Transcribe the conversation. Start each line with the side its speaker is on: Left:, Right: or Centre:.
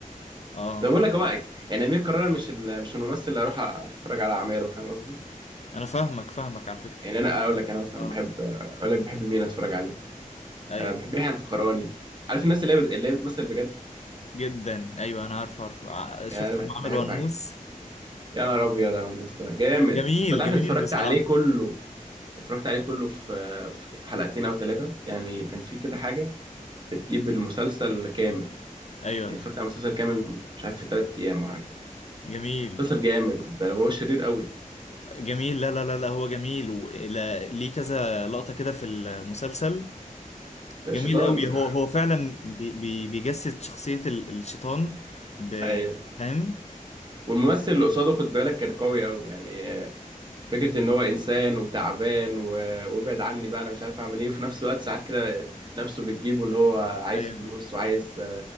Left: آه
Right: ده بقول لك هو يعني امير كرارة مش ال- مش الممثل اللي اروح اتفرج على اعماله فاهم قصدي
Left: أنا فاهمك فاهمك على فكرة
Right: يعني انا اقول لك انا مثلا
Left: آه
Right: بحب اقول لك بحب مين اتفرج عليه
Left: أيوه
Right: آه بحب يحيى الفخراني عارف الناس اللي هي بت- اللي هي بتمثل بجد
Left: جدا أيوه أنا عارف عارفه ع-
Right: يعني
Left: شفت
Right: انا
Left: هم
Right: بحب
Left: عملوا ونوس
Right: يا نهار ابيض على النص ده جامد
Left: جميل
Right: فانت عارف
Left: جميل
Right: إني اتفرجت
Left: بصراحة
Right: عليه كله اتفرجت عليه كله في في حلقتين او ثلاثه يعني كان في كده حاجه بتجيب المسلسل كامل
Left: ايوه
Right: يعني اتفرجت على المسلسل كامل مش عارف في ثلاث ايام او حاجه كده
Left: جميل
Right: مسلسل جامد خد بالك هو شرير قوي
Left: جميل لا لا لا لا هو جميل ولا ليه كذا لقطة كده في المسلسل جميل
Right: شيطان
Left: قوي هو هو فعلا بي بي بيجسد شخصية ال- الشيطان ب
Right: <laughs> ايوه
Left: فاهم
Right: والممثل اللي قصاده خد بالك كان قوي قوي يعني آه، فكره ان هو انسان وتعبان و- وابعد عني بقى انا مش عارف اعمل ايه وفي نفس الوقت ساعات كده نفسه بتجيبه ان هو عايز
Left: ايوه
Right: فلوس وعايز